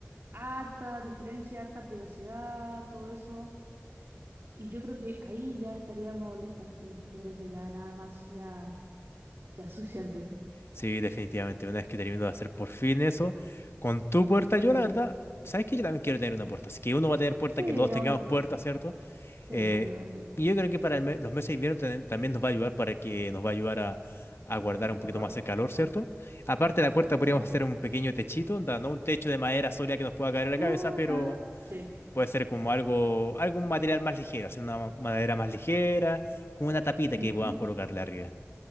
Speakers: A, on the right; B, on the left.
A: harta diferencia, harta privacidad, todo eso. Y yo creo que ahí ya estaríamos listos al fin. Yo creo que ya nada más, ya, ya es suficiente.
B: sí, definitivamente. Una vez que termino de hacer por fin eso, con tu puerta,
A: Sí,
B: yo la verdad, ¿sabes que Yo también quiero tener una puerta. Así que uno va a tener puerta,
A: sí,
B: que los dos tengamos
A: obvio.
B: puerta, ¿cierto?
A: Sí,
B: Eh,
A: completamente.
B: y yo creo que para el me- los meses de invierno también, también nos va a ayudar para que nos va a ayudar a, a guardar
A: El
B: un
A: calor,
B: poquito más el calor, ¿cierto? Aparte
A: exacto,
B: de la puerta podríamos
A: sí.
B: hacer un pequeño techito, onda, no un techo de madera sólida que nos pueda caer en la
A: Ah,
B: cabeza, pero
A: claro, sí.
B: puede ser como algo, algún material más ligero, así una ma- madera más ligera, con una tapita
A: Ujú.
B: que podamos colocarle arriba.